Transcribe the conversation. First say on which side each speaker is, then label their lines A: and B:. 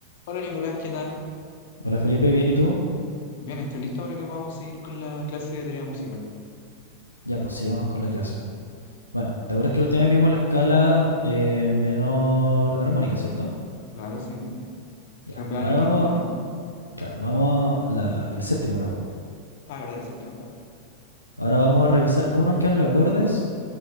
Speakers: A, on the left (about 55°); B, on the left (about 85°).
A: Hola Nicolás, ¿qué tal?
B: Hola Felipe, ¿bien y tú?
A: Bien, estoy listo para que podamos seguir con la clase de teoría musical.
B: Ya, pues sigamos con la clase. Bueno, ¿te acuerdas que la última vez vimos la escala eh, menor armónica, ¿cierto?
A: Claro, sí.
B: Ya,
A: Cambiaba
B: ahora
A: a la quinta,
B: vamos,
A: ¿no?
B: claro, vamos a la- el séptimo grado.
A: Ah, verdad, el séptimo grado.
B: Ahora vamos a revisar cómo nos quedan los acordes